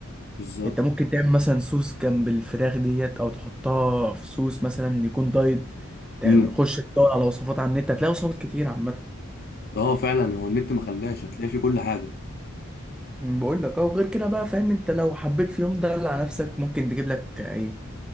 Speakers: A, on the left; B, in the centre.
A: بالظبط
B: انت ممكن تعمل مثلا صوص جنب الفراخ ديت او تحطها في صوص مثلا يكون دايت تخش
A: امم
B: تدور على وصفات على النت هتلاقي وصفات كتير عامه
A: اه فعلا هو النت ما خلاش هتلاقي فيه كل حاجه
B: أمم، بقول لك اه وغير كده بقى فاهم انت لو حبيت في يوم ده على نفسك ممكن تجيب لك ايه